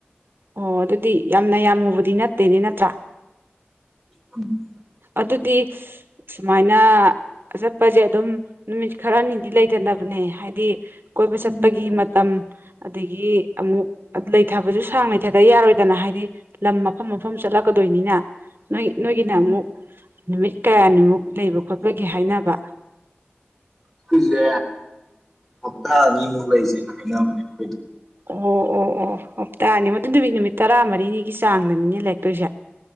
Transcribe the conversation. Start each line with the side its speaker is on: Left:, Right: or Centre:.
Right: ꯑꯣ ꯑꯗꯨꯗꯤ ꯌꯥꯝꯅ ꯌꯥꯝꯃꯨꯕꯗꯤ ꯅꯠꯇꯦꯅꯦ ꯅꯠꯇ꯭ꯔꯥ
Centre: <unintelligible>
Right: ꯑꯗꯨꯗꯤ ꯁꯨꯃꯥꯏꯅ ꯆꯠꯄꯁꯦ ꯑꯗꯨꯝ ꯅꯨꯃꯤꯠ ꯈꯔꯅꯤꯗꯤ ꯂꯩꯇꯅꯕꯅꯦ ꯍꯥꯏꯗꯤ ꯀꯣꯏꯕ ꯆꯠꯄꯒꯤ
Centre: ꯎꯝ
Right: ꯃꯇꯝ ꯑꯗꯒꯤ ꯑꯃꯨꯛ ꯂꯩꯊꯕꯁꯨ ꯁꯥꯡ ꯂꯩꯊꯗꯕ ꯌꯥꯔꯣꯏꯗꯅ ꯍꯥꯏꯗꯤ ꯂꯝ ꯃꯐꯝ ꯃꯐꯝ ꯆꯠꯂꯛꯀꯗꯣꯏꯅꯤꯅ ꯅꯣꯏ ꯅꯣꯏꯒꯤꯅ
Centre: ꯎꯝ
Right: ꯑꯃꯨꯛ ꯅꯨꯃꯤꯠ ꯀꯌꯥꯅꯤꯃꯨꯛ ꯂꯩꯕ ꯈꯣꯠꯄꯒꯤ ꯍꯥꯏꯅꯕ
Centre: ꯑꯩꯈꯣꯏꯁꯦ ꯍꯞꯇꯥ ꯑꯅꯤꯃꯨꯛ ꯂꯩꯁꯦꯅ ꯍꯥꯏꯅꯕꯅꯦ ꯑꯩꯈꯣꯏꯗ
Right: ꯑꯣ ꯑꯣ ꯑꯣ ꯍꯞꯇꯥꯅꯤ ꯃꯗꯨ ꯅꯨꯃꯤꯠ ꯅꯨꯃꯤꯠ ꯇꯔꯥꯃꯔꯤꯅꯤꯒꯤ ꯆꯥꯡꯗꯅꯤꯅꯦ ꯂꯩꯔꯛꯇꯣꯏꯁꯦ